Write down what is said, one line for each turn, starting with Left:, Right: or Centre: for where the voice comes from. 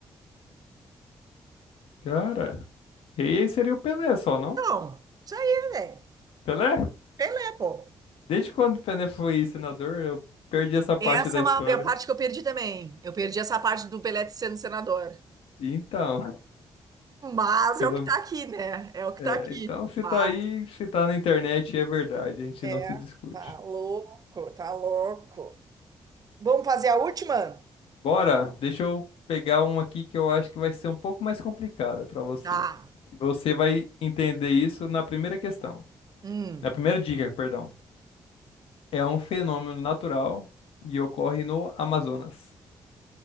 Left: Cara. Rei seria o Pelé só, não?
Right: Então, isso aí, velho.
Left: Pelé?
Right: Pelé, pô.
Left: Desde quando o Pené foi senador, eu perdi essa parte
Right: Essa
Left: da
Right: é,
Left: história.
Right: uma, é a parte que eu perdi também. Eu perdi essa parte do Pelé sendo senador.
Left: E Então,
Right: Mas
Left: pelo...
Right: é o que tá aqui, né? É o que
Left: é,
Right: tá aqui.
Left: então se
Right: Mas,
Left: tá aí, se tá na internet, é verdade, a gente
Right: É,
Left: não se discute.
Right: tá louco, tá louco. Vamos fazer a última?
Left: Bora, deixa eu pegar uma aqui que eu acho que vai ser um pouco mais complicada pra você.
Right: tá.
Left: E você vai entender isso na primeira questão.
Right: Hum.
Left: Na primeira dica, perdão. É um fenômeno natural e ocorre no Amazonas.